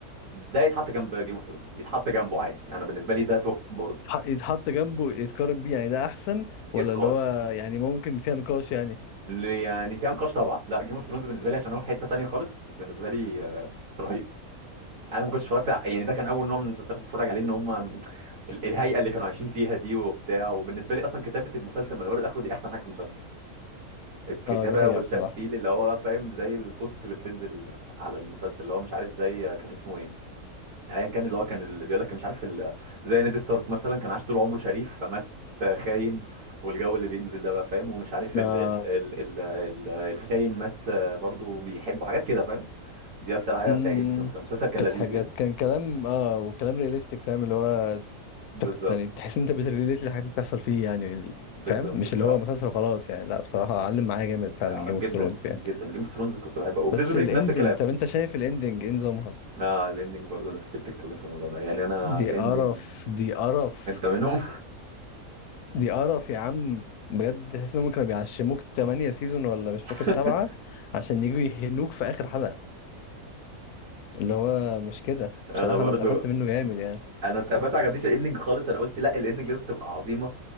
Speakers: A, on the right (about 60°); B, on the left (about 90°).
A: ده يتحط جنب جيم اوف ثرونز يتحط جنبه عادي انا بالنسبه لي ده توب برضه
B: يتحط جنبه يتقارن بيه يعني ده احسن ولا
A: يتقارن
B: اللي هو يعني ممكن فيها نقاش يعني
A: اللي يعني في انقاش طبعا لا جيم اوف ثرونز بالنسبه لي عشان هو في حته تانية خالص بالنسبه لي آه، رهيب انا ما كنتش اتفرجت ع- يعني ده كان اول نوع من المسلسلات اللي اتفرج عليه ان هم ال- الهيئه اللي كانوا عايشين فيها دي وبتاع وبالنسبه لي اصلا كتابه المسلسل من اوله لاخره دي احسن حاجه في المسلسل الكتابه
B: اه دي حقيقه
A: والتمثيل
B: بصراحه
A: اللي هو بقى فاهم زي البوستس اللي بتنزل على المسلسل اللي هو مش عارف زي كان اسمه ايه ايا كان اللي هو كان اللي بيقول لك مش عارف ال- زي نيد ستارك مثلا كان عاش طول عمره شريف فمات خاين والجو اللي بينزل ده بقى فاهم ومش عارف ال
B: آه
A: ال ال ال ال الخاين مات برضو بيحبه حاجات كده فاهم دي اكتر حاجه
B: امم
A: بتعجبني في المسلسل المسلسل كان
B: كانت
A: لذيذ
B: حاجات
A: يعني
B: كان كلام اه وكلام رياليستيك فاهم اللي هو
A: بالظبط
B: انت كنت يعني تحس إن انت بتريليت للحاجات اللي بتحصل فيه يعني ال-
A: بالظبط
B: فاهم مش
A: بصراحه
B: اللي هو مسلسل وخلاص يعني لا بصراحة علم معايا جامد فعلا
A: آه،
B: جيم
A: جدا
B: اوف ثرونز
A: جدا
B: يعني
A: جيم اوف ثرونز كنت بحبه وبريزون
B: بس
A: بريك
B: الاندنج
A: نفس الكلام
B: طب انت شايف الاندنج ايه نظامها
A: اه الاندنج برضو ناس كتير بتتكلم في الموضوع ده يعني انا
B: دي
A: الاندنج
B: قرف دي قرف
A: انت منهم
B: دي قرف يا عم بجد تحس انهم كانوا بيعشموك 8 سيزون ولا مش
A: <laughs>
B: فاكر سبعة عشان يجوا يهنوك في اخر حلقة اللي هو مش كده
A: انا
B: بصراحة
A: برضو
B: انا اتقفلت منه جامد يعني
A: انا اتقفلت ما عجبنيش الاندنج خالص انا قلت لا الاندنج لازم تبقى عظيمه